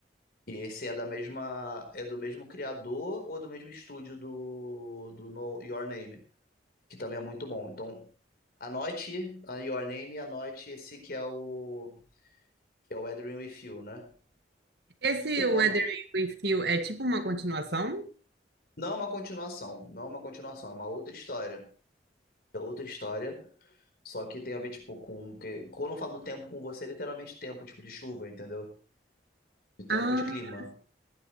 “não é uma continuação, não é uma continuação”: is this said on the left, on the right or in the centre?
Left